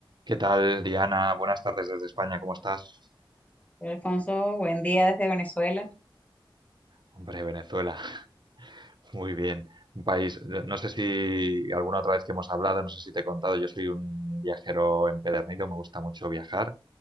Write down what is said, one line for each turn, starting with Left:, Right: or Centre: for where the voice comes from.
Right: ¿Qué tal, Diana? Buenas tardes desde España, ¿cómo estás?
Left: Alfonso, buen día desde Venezuela.
Right: Hombre, Venezuela, <laughs> muy bien. Un país, yo no sé si alguna otra vez que hemos hablado, no sé si te he contado, yo soy un viajero empedernido, me gusta mucho viajar,